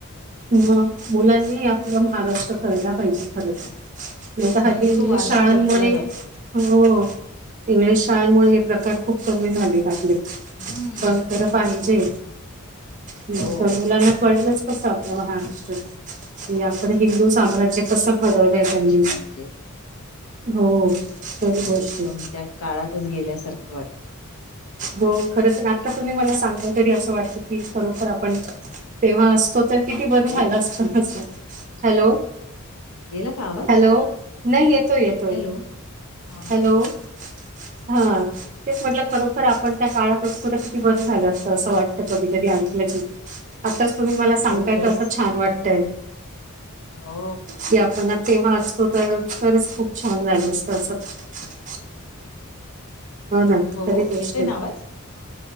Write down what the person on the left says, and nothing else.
तेच
म्हणजे
तो वारसा
जपला जातो.
हम्म
हो.
बापरे!
खूपच
छान म्हणजे
एकदम
त्या काळातच गेल्यासारखं वाटतं.
हॅलो,
गेला का आवाज?
हॅलो. हा हा
हा
हो खरंच
हो
हो
येतोय
ना आवाज? हा